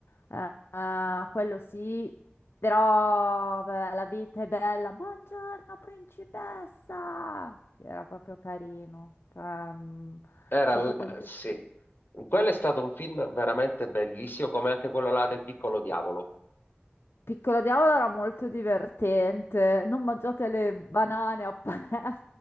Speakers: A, on the left; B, on the left.
A: eh, eh, quello sì, però beh, la vita è bella. Buongiorno, principessa! Era proprio carino. Cioè, mm,
B: Era,
A: è stato
B: l-
A: contestato.
B: eh, sì, quello è stato un film veramente bellissimo, come anche quello là del Piccolo Diavolo.
A: Piccolo Diavolo era molto divertente. Non mangiate le banane a <laughs> Panello,